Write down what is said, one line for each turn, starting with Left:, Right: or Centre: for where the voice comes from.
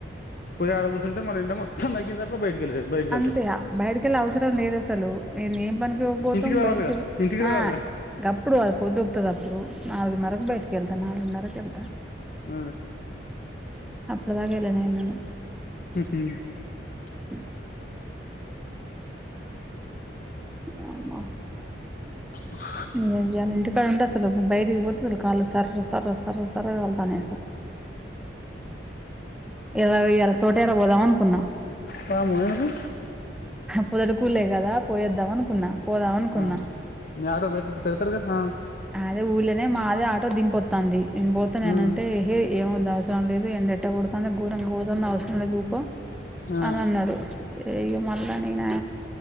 Left: పోయి ఆడ కూర్చుంటే మరి ఎండ మొత్ ఛ నగ్గిన తరువాత బయటికి వెళ్ళ బయటికి
Centre: అంతే
Left: వెళ్తావు
Centre: బయటికెళ్ళ అవసరం లేదు అసలు నే ఏం పనికి ఇవ్వక పోతాం
Left: ఇంటికి రావాలిగా
Centre: బయటికి
Left: ఇంటికి రావాలిగా
Centre: ఆ గప్పుడు అది పొద్దుకుతుంది అప్పుడు నాలుగున్నరకు బయటకి వెళ్తా నాలుగున్నరకు చెప్ తా
Left: అ
Centre: అప్పుడు దాకేలే నేన్ కూడా
Left: హ
Centre: హ ఆనా
Left: ఆ
Centre: న్య ఇయాల ఇంటి కాడ ఉంటే అసలు బైటికి పోతే అసలు కాళ్ళు స్ సర్ర్ సర్ర్ సర్ర్ సర్ కాళ్ తున్నాయి అసల్ ఇలా ఇలా తోట ఎలా పోదాం అనుకున్నాం
Left: పాము ఎందుకు
Centre: పొదరుకులే కదా పోయేద్దాం అనుకున్నాం పోదాం అనుకున్నా
Left: ఆ మీ ఆటో పె పెడతారుగా ఆ
Centre: అదే ఊళ్ళనే మాదే ఆ టో దింపో త్తాంది ఏం పోత దనాంటే
Left: ఉమ్
Centre: హై ఏమవుదాస్ దాన్ లేదు ఎండట్ట కొడ్ తోంది కూర ఉడకన్ ది అవసరం లేదుఊర్కో
Left: ఆ
Centre: అని అన్నాడు ఇ మళ్ళా నేనే